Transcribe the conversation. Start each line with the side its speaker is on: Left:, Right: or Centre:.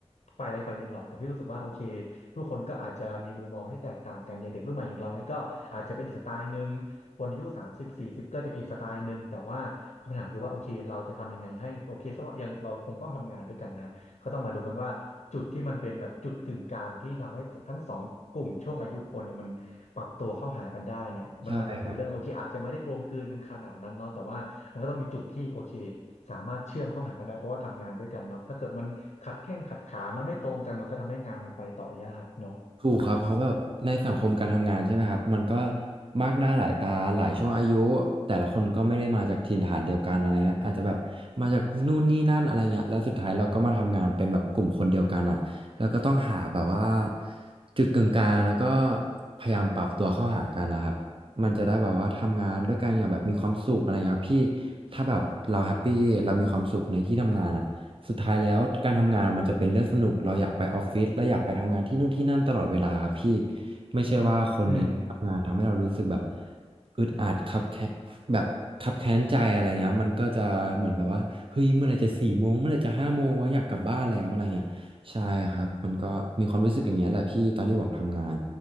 Left: ฝ่ายใดฝ่ายหนึ่งหรอกแต่พี่รู้สึกว่าโอเคทุกคนก็อาจจะมีมุมมองที่แตกต่างกันอย่างเด็กรุ่นใหม่อย่างเราเนี่ยก็อาจจะเป็นอีกสไตล์หนึ่งคนอายุสามสิบสี่สิบก็จะเป็นอีกสไตล์หนึ่งแต่ว่าคำถามคือว่าโอเคเราจะทำยังไงให้โอเคซะว่ายังเราคงต้องทำงานด้วยกันนะ ก็ต้องมาดูกันว่าจุดที่มันเป็นแบบจุดกึ่งกลางที่ทำให้ทั้งสองกลุ่มช่วงอายุคนเนี่ยมันปรับตัวเข้าหากันได้เนี่ยมันมันมันคือเรื่องโอเคอาจจะไม่ได้กลมกลืนกันขนาดนั้นเนาะแต่ว่ามันก็ต้องมีจุดที่โอเค
Right: ใช่
Left: สามารถเชื่อมเข้าหากันได้เพราะว่าทำงานด้วยกันเนาะถ้าเกิดมันขัดแข้งขัดขามันไม่ตรงกันมันก็ทำให้งานมันไปต่อยากเนาะ
Right: ถูกครับเพราะแบบในสังคมการทำงานใช่ไหมครับมันก็มากหน้าหลายตาหลายช่วงอายุแต่ละคนก็ไม่ได้มาจากถิ่นฐานเดียวกันอะไรเงี้ยอาจจะแบบมาจากนู่นนี่นั่นอะไรเงี้ยแล้วสุดท้ายเราก็มาทำงานเป็นแบบกลุ่มคนเดียวกันอ่ะแล้วก็ต้องหาแบบว่าจุดกึ่งกลางแล้วก็พยายามปรับตัวเข้าหากันนะครับมันจะได้แบบว่าทำงานด้วยกันอย่างแบบมีความสุขอะไรเงี้ยครับพี่ถ้าแบบเราแฮปปี้เรามีความสุขในที่ทำงานอ่ะ สุดท้ายแล้วการทำงานมันจะเป็นเรื่องสนุกเราอยากไปออฟฟิศเราอยากไปทำงานที่นู่นที่นั่นตลอดเวลาครับพี่ไม่ใช่ว่าคนในที่ทำงานทำให้เรารู้สึกแบบ
Left: อืม
Right: อึดอัดคับแค้นแบบคับแค้นใจอะไรเงี้ยมันก็จะเหมือนแบบว่าเฮ้ยเมื่อไหร่จะสี่โมงเมื่อไหร่จะห้าโมงวะอยากกลับบ้านแล้วอะไรเงี้ยใช่ครับมันก็มีความรู้สึกอย่างเงี้ยแหละพี่ตอนที่ผมทำงาน